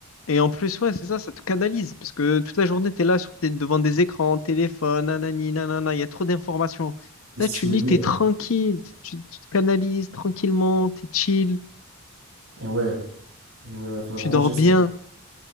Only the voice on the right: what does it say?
t'es
stimulé.
Et ouais, et ouais, ouais, faudrait
vraiment
que j'essaye.